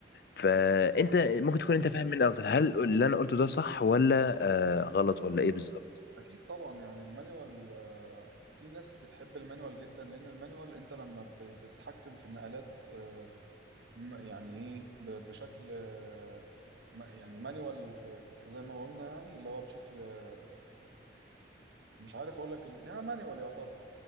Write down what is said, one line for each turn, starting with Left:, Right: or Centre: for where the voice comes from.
Left: فانت
Right: مم.
Left: ممكن تكون انت فاهم مني اكتر هل اللي انا قلته ده صح ولا آه غلط ولا ايه بالظبط
Right: أكيد طبعا يعني المانيوال آه، في ناس بتحب المانيوال جدا لأن المانيوال أنت لما ب- بتتحكم في النقلات آه، م- يعني ايه ب- بشكل آه، م- يعني مانيوال زي ما قلنا يعني اللي هو بشكل آه، مش عارف اقول لك ال- يعني مانيوال يعتبر